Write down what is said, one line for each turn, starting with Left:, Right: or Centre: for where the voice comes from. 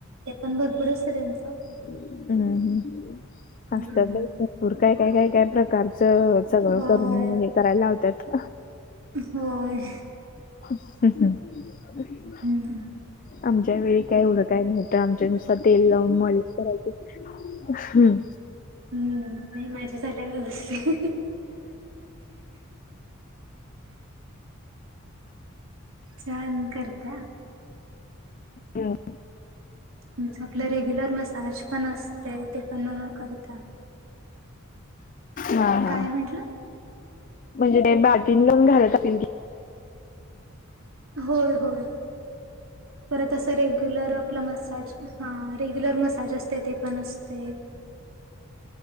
Right: ते पण भरपूर असत त्यांच.
Left: हम्म हम्म
Right: हम्म
Left: असत्यात बाई भरपूर काय काय काय काय प्रकारचं. सगळं
Right: होय
Left: करून हे करायला लावत्यात.
Right: होय.
Left: <inaudible>
Right: हम्म.
Left: आमच्या वेळी काही एवढ काय नव्हतं आमच्या नुसत तेल लावून मॉलिश करायचीत? हम्म.
Right: हम्म नाही माझी झाल्या व्यवस्थित छान करत्या?
Left: हम्म.
Right: म्हणजे आपलं रेग्युलर मसाज पण असतय ते पण करत्यात.
Left: हा हा
Right: काय म्हंटलं
Left: म्हणजे ते बाटीन लावून घालत असतील की.
Right: होय होय. परत असं रेग्युलर आपला मसाज हा रेग्युलर मसाज असतय ते पण असते.